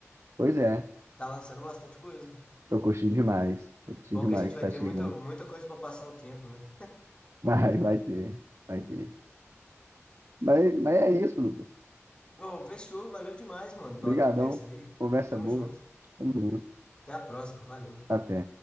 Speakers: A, on the right; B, on the left.
A: Pois é,
B: Tá lançando bastante coisa.
A: tô curtindo demais. Tô curtindo
B: Bom
A: demais
B: que a gente
A: o que
B: vai
A: tá
B: ter
A: chegando.
B: muito, muita coisa pra passar o tempo, né?
A: <laughs> Vai, vai ter, vai ter. Mas, mas é isso, Lucas.
B: Bom, fechou. Valeu demais, mano, pela
A: Obrigadão.
B: conversa aí.
A: Conversa
B: Tamo
A: boa.
B: junto.
A: Tamo junto.
B: Até a próxima. Valeu.
A: Até.